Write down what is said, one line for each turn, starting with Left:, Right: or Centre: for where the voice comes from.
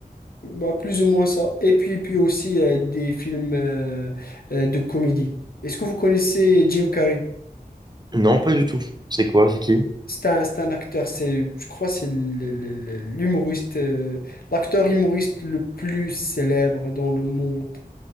Left: Bah, plus ou moins ça. Et puis, puis aussi, euh, des films, euh, euh, de comédie. Est-ce que vous connaissez Jim Carrey?
Right: Non, pas du tout. C'est quoi? C'est qui?
Left: C'est un, c'est un acteur, c'est, je crois, c'est le- le- le- l'humoriste, euh, l'acteur humoriste le plus célèbre dans le monde,